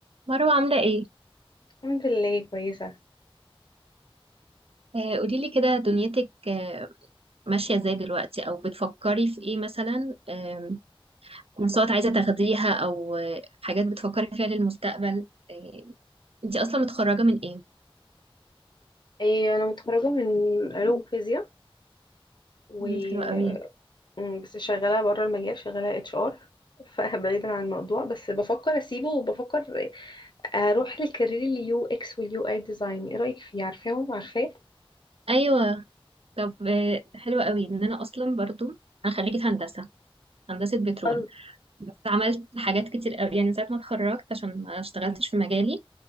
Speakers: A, on the right; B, on the left.
A: مروة عاملة ايه؟
B: الحمد لله كويسة
A: آه قوليلي كده دنيتك آه ماشية ازاي دلوقتي او بتفكري في ايه مثلا آم، كورسات عايزة تاخديها او آه حاجات بتفكري فيها للمستقبل آه انتي اصلا متخرجة من ايه؟
B: إيه أنا متخرجة من علوم فيزياء و
A: مم، حلوة قوي
B: أم، بس شغالة بره المجال شغالة اتش ار فبعيدا <laughs> عن الموضوع بس بفكر أسيبه وبفكر أروح للكارير اليو اكس واليو اي ديزاين إيه رأيك فيه عارفاهم عارفاه؟
A: ايوه طب آه حلوة قوي ان انا اصلا برضو انا خريجة هندسة هندسة بترول
B: أل-
A: بس عملت حاجات كتير قوي يعني من ساعة ما اتخرجت عشان ما اشتغلتش في مجالي